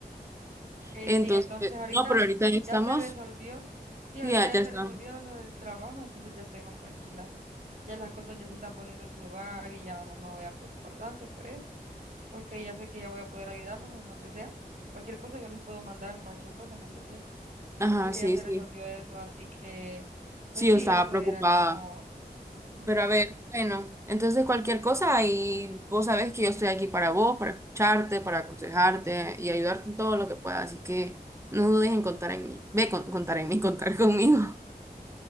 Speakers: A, on the right; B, on the right.
A: ok,
B: Entonces,
A: sí, entonces ahorita
B: no, pero ahorita ya estamos,
A: ya se resolvió, sí,
B: sí,
A: ahorita
B: ya,
A: ya
B: ya
A: se
B: estamos.
A: resolvió lo del trabajo, entonces ya estoy más tranquila, ya las cosas ya se están poniendo en su lugar y ya no me voy a preocupar tanto por eso, porque ya sé que ya voy a poder ayudarlos en lo que sea, cualquier cosa yo les puedo mandar, cualquier cosa, ¿me entendés?
B: Ajá,
A: porque
B: sí,
A: ya se
B: sí.
A: resolvió eso, así que, pues
B: Sí,
A: sí,
B: yo estaba
A: eso
B: preocupada.
A: era como, ujú,
B: Pero a ver, bueno, entonces cualquier cosa ahí vos sabés que yo estoy aquí para vos, para escucharte, para aconsejarte y ayudarte en todo lo que pueda. Así que no dudes en contar en mí. Ve, con- contar en mí, <laughs> contar conmigo.